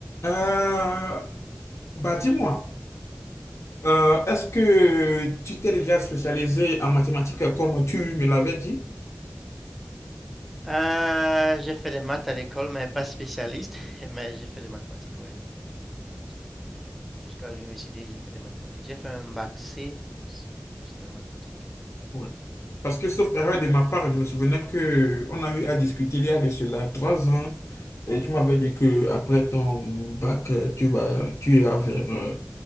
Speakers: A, on the left (about 60°); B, in the centre.
A: Euh, bah dis-moi, euh, est-ce que tu t'es déjà spécialisé en mathématiques euh, comme tu me l'avais dit?
B: Euh, j'ai fait des maths à l'école, mais pas spécialiste. <laughs> Mais j'ai fait des mathématiques, oui. J'ai fait des mathématiques. Jusqu'à l'université, j'ai fait des mathématiques. J'ai fait un bac C, donc c'est juste les mathématiques.
A: Ouais. Parce que, sauf
B: Mais
A: erreur
B: pas-
A: de ma part, je me souvenais que on a eu à discuter il y a de cela trois ans. Et tu m'avais dit que après ton bac, euh, tu vas, tu iras vers euh,